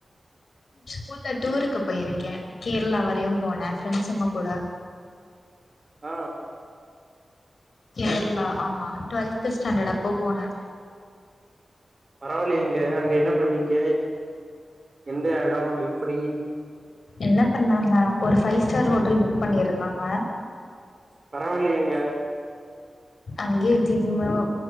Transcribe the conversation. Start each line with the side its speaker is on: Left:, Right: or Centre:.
Left: ஸ்கூல்ல டூருக்கு போயிருக்கே கேரளா வரையு போனே ஃப்ரெண்ட்ஸுங்க கூட
Right: ஆ
Left: கேரளா ஆமா டுவெல்த் ஸ்டாண்டர்ட் அப்போ போனே
Right: பரவா இல்லையேங்க அங்க என்ன பண்ணிக்க எந்த எடோ எப்பிடி
Left: என்ன பண்ணாங்க ஒரு ஃபை ஸ்டார் ஹோட்டல் புக் பண்ணி இருந்தாங்க
Right: பரவா இல்லையேங்க
Left: அங்கேயே ஜிம்மு